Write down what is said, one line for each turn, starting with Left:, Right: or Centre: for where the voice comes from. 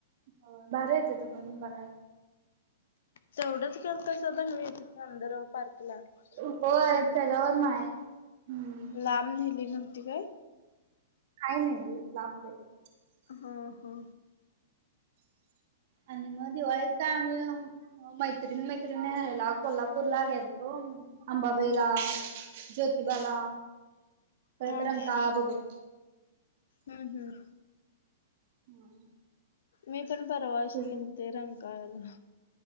Right: हो भारी हाय तिथे पण बघाय
Left: तेवढंच करतय सध हवी मंदर पार्कला
Right: हो
Left: अशी
Right: आहे त्याच्यावर नाही. हम्म
Left: लांब नेली नव्हती काय?
Right: <unintelligible>
Left: हा हा.
Right: आणि मग दिवाळीत आम्ही अ मैत्रीण मैत्रिणी ह्याला कोल्हापूर ला गेल तो अंबाबाईला ज्योतिबाला परत
Left: हा
Right: रंकाळा
Left: हा
Right: बघून
Left: हम्म हम्म.
Right: <unintelligible>
Left: मी पण परवाशी
Right: हा
Left: गेलते रंगकाला